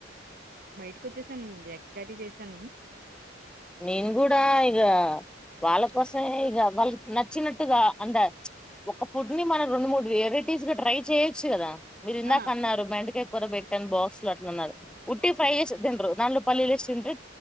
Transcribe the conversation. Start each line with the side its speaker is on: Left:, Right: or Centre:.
Right: బయటకు వచ్చేసాను వెక్కరీ చేసాను
Centre: నేను కూడా ఇక వాళ్ళ కోసమే ఇక వాళ్ళకి నచ్చిన అంద ఒక ఫుడ్ ని మనం రెండు మూడు వెరైటీస్ ట్రై చేయొచ్చు కదా మీీరు ఇందాక
Right: ఆ
Centre: అన్నారు మెంటక కూడా పెట్టాను బాక్సులు అట్లున్నారు ఉట్టి ఫ్రై చేసి తిండు నాలుగు పల్లీలు ఎస్ తిన్్రి